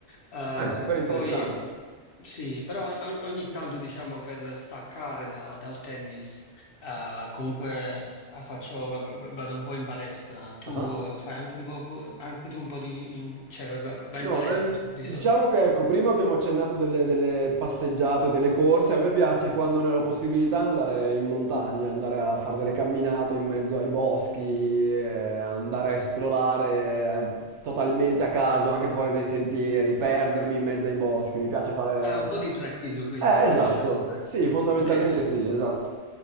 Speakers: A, on the left; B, on the right.
A: Eh,
B: Ah, è super interessante.
A: poi, eh, sì, però o- ogni tanto, diciamo, per staccare da- dal tennis, eh, comunque eh, faccio, va- va- vado un po' in palestra. Tu,
B: Ah.
A: eh, fai anche un po', pu- anche tu un po' di, in- cioè, va- va- vai
B: No,
A: in palestra
B: eh,
A: di solito?
B: diciamo che ecco, prima abbiamo accennato delle, delle passeggiate o delle corse. A me piace quando ne ho la possibilità andare in montagna, andare a fare delle camminate in mezzo ai boschi, eh, andare a esplorare eh, totalmente a caso, anche fuori dai sentieri, perdermi in mezzo ai boschi. Mi piace fare.
A: Ah, un po' di trekking, quindi,
B: Eh,
A: ti
B: esatto.
A: piace fare?
B: Sì, fondamentalmente
A: Ok.
B: sì, esatto.